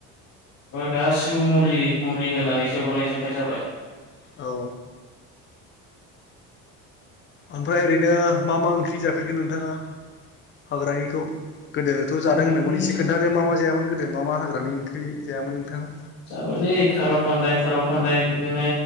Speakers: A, on the left (about 50°); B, on the left (about 35°).
A: गासिबो मुलि- मुलि होनानैसो बानायजोबनाय जाबाय
B: औ ओमफ्राय ओरैनो मा - मा ओंख्रि जाफेरगो नोंथाङा हाग्रानिखौ गोदोथ' जादों
A: आगोलनि
B: होनदोंमोन एसे खोन्थादो मा मा जायामोन गोदो मा मा हाग्रानि ओंख्रि जायामोन नोंथाङा
A: जाबायलै खार' खान्दाय, खार' खान्दाय बिदिनो